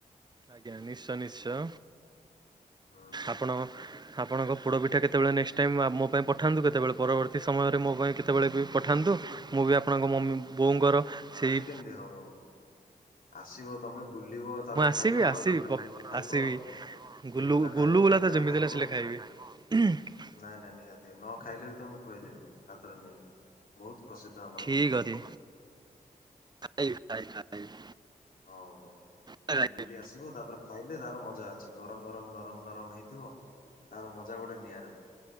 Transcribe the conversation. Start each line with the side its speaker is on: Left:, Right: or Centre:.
Right: ଆଜ୍ଞା ନିଶ୍ଚୟ ନିଶ୍ଚୟ
Left: ହୁଁ।
Right: ଆପଣଙ୍କ ଆପଣଙ୍କ ପୋଡପି ଠା କେତେବେଳେ ନେକ୍ସଟ ଟାଇମ୍ ଆମ ମୋ ପାଇଁ ପଠାନ୍ତୁ କେତେବେଳେ। ପରବର୍ତ୍ତୀ ସମୟରେ ମୋ ପାଇଁ କେତେବେଳେ ବି ପଠାନ୍ତୁ। ମୁଁ ବି ଆପଣଙ୍କ ମମି ବୋଉଙ୍କର ସେଇ
Left: ଦେଇ ହବ। ଆସିବ ତମେ ବୁଲିବ। ତାପରେ
Right: ମୁଁ ଆସିବି
Left: ଖାଇବ ନା
Right: ଆସିବି
Left: ଆଉ ଗୁଲୁଗୁଲା
Right: ପ
Left: ଖାଇବ।
Right: ଆସିବି
Left: ଗୁଲୁଗୁଲା
Right: ଗୁଲ-ଗୁଲୁଗୁଲା
Left: ଖାଇବ କାକେରା
Right: ତ ଜେମିତି
Left: ଖାଇବ
Right: ହେଲେ ଆସିଲେ ଖାଇବି। <unintelligible>
Left: ନାଇଁ ନାଇଁ ନିହାତି ନ ଖାଇଲେ ବି ତ ମୁଁ ଖୋଇଦେବି ହାତରେ ନେଇକି ବୋହୁତ ପ୍ରସିଦ୍ଧ ଆମର।
Right: ଠିକ୍
Left: ଗୁଲୁଗୁଲା
Right: ଅଛି ଖାଇବି ଖାଇବି ଖାଇବି।
Left: ହୋଉ ହୋଉ।
Right: ପୁରା
Left: ତମେ
Right: ଖାଇବି
Left: ବୁଲି ଆସିବ ତାପରେ ଖାଇଲେ ତାର ମଜା ଅଛି। ଗରମ ଗରମ ନରମ ନରମ ହେଇଥିବ। ତାର ମଜା ଗୋଟେ ନିଆଁରା।